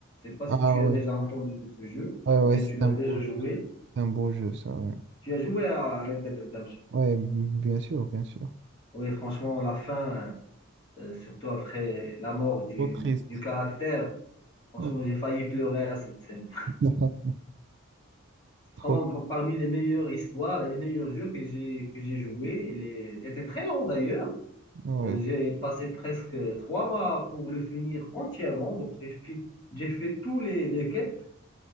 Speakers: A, on the left; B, on the right.
A: ne sais pas si
B: Ah
A: tu
B: ouais,
A: as déjà entendu de ce jeu
B: ouais,
A: ou
B: ouais,
A: bien
B: c'est
A: tu l'as
B: un
A: déjà
B: beau,
A: joué.
B: c'est un beau jeu, ça. Ouais,
A: Tu as joué à Red Dead Redemption.
B: Ouais, bien sûr, bien sûr.
A: Oui, franchement, la fin, euh, surtout après la mort du,
B: Trop triste.
A: du caractère, franchement,
B: Ouais.
A: j'ai failli pleurer à cette scène.
B: <laughs> Trop.
A: Vraiment, parmi les meilleures histoires et les meilleurs jeux que j'ai que j'ai joué, il est- était très long d'ailleurs.
B: Ouais,
A: Euh, j'ai passé presque trois mois pour le finir entièrement, donc j'ai fait, j'ai fait tous les les quêtes.